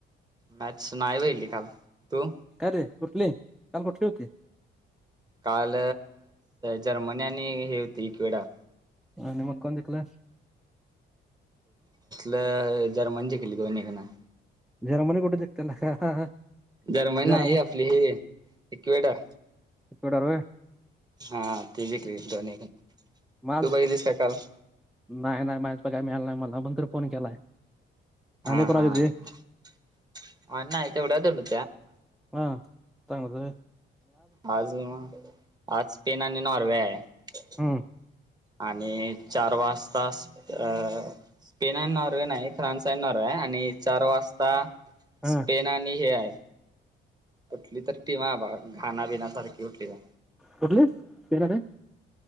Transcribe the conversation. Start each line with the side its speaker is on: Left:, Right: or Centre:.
Right: मॅच नाही बघितली काल तू
Centre: काय रे कुठली काल कुठली होती.
Right: काल जर्मनी आणि हे होती एक वेळा
Centre: अ नि मत् कोण जिकल.
Right: लं जर्मनज जिकली दोनकना.
Centre: जर्मन गोठे जक्त ला का?
Right: जर्मन
Centre: जर्म
Right: आहे आपली हे इक्वेटर
Centre: इ कव्हेटर
Right: हा तेी जंकली दोनक
Centre: माझ
Right: तू बघेलीस का काल.
Centre: नाही नाही माझ्या प काय मिळालं नाही मला पण त फोन केलाय.
Right: हा
Centre: आणि कोणाची
Right: हा
Centre: होती
Right: <inaudible> आणि नाही तेवढ्याला तेवढं.
Centre: हा चांगजय
Right: आज ना, आज स्पेन आणि नॉर्वे आहे.
Centre: हम्म
Right: <inaudible> आणि चार वास तास अ स्पेन आणि नॉर्वे नाही फ्रान्स आणि नॉर्वे हाय ह. चार वाजता
Centre: हा
Right: स्पेन आणि हे आहे. कुठली तर टीम आहे आबा घाणा बिनासारखी कुठली तर.
Centre: कुठली? स्पेन आणि